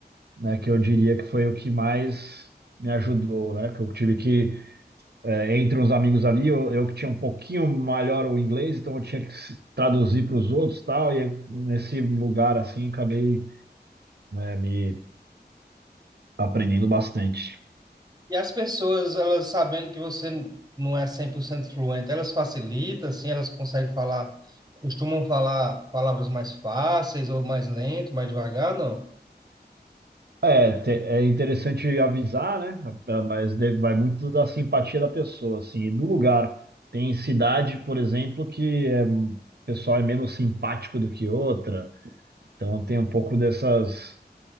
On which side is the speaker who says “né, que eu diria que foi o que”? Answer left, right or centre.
Right